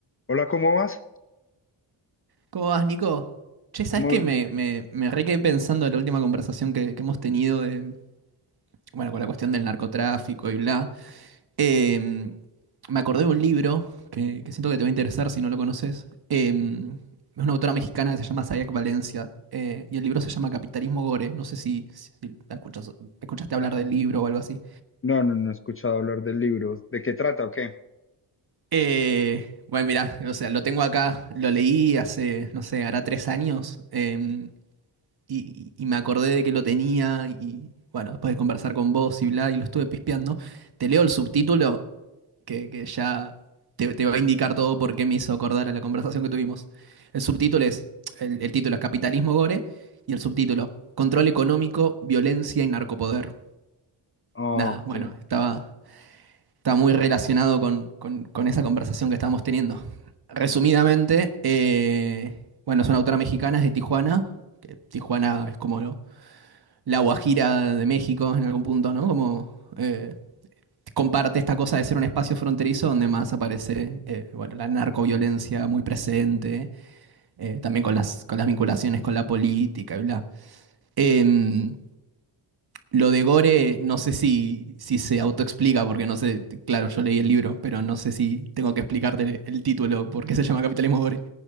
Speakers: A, on the left; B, on the right.
A: Hola, ¿cómo vas?
B: ¿Cómo vas, Nico? Che, ¿sabes
A: Muy,
B: qué? Me,
A: muy bien.
B: me, me re quedé pensando en la última conversación que, que hemos tenido de, bueno, con la cuestión del narcotráfico y bla. Em, me acordé de un libro que, que siento que te va a interesar si no lo conoces. Em, es una autora mexicana que se llama Sayak Valencia eh, y el libro se llama Capitalismo Gore. No sé si, si, si la escuchas- escuchaste
A: No,
B: hablar del libro o algo así.
A: No, no, no he escuchado hablar del libro. ¿De qué trata o qué?
B: Eh, bueno, mira, o sea, lo tengo acá, lo leí hace, no sé, hará tres años. em, y, y me acordé de que lo tenía y bueno, después de conversar con vos y bla, y lo estuve pispeando, te leo el subtítulo que, que ya te, te va a indicar todo por qué me hizo acordar a la conversación que tuvimos. El subtítulo es, el, el título es Capitalismo Gore y el subtítulo Control económico, violencia y narcopoder.
A: ah,
B: Nada,
A: ok.
B: bueno, estaba, estaba muy relacionado con, con- con esa conversación que estábamos teniendo. Resumidamente, eh, bueno, es una autora mexicana, es de Tijuana, que Tijuana es como lo, la Guajira de México en algún punto, ¿no? Como eh, comparte esta cosa de ser un espacio fronterizo donde más aparece, eh, bueno, la narcoviolencia muy presente, eh, también con las, con las vinculaciones con la política y bla. Em, lo de Gore, no sé si, si se autoexplica, porque no sé, claro, yo leí el libro, pero no sé si tengo que explicarte el, el título, por qué se llama Capitalismo Gore.